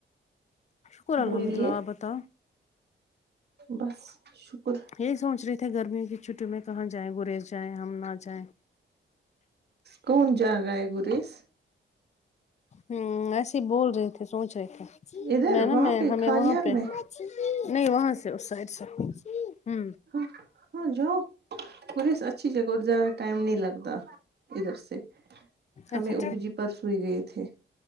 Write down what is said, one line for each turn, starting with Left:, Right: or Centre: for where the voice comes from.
Left: شکر
Right: بولیے
Left: الحمد اللہ بتؤ
Right: بس شکر
Left: یہی سوچ رہی تھے گرمیوں کی چھٹی میں کہاں جائیں گریز جائیں ہم نہ جائیں
Right: کون جا رہا ہے گریس
Left: ہوں ایسے ہی بول رہے تھے سوچ رہے تھے
Right: ادھر
Left: میں نا
Right: وہاں
Left: میں
Right: پہ
Left: ہمیں
Right: کھانیار
Left: وہاں پہ
Right: میں
Left: نہیں وہاں سے اس سائڈ سے ہ
Right: ہاں ہاں جؤ پوری اچھی جگہ زیاد ٹائم نہیں لگتا ادھر سے ہمیں
Left: اچھا
Right: ابجی پر سوئی گئے تھے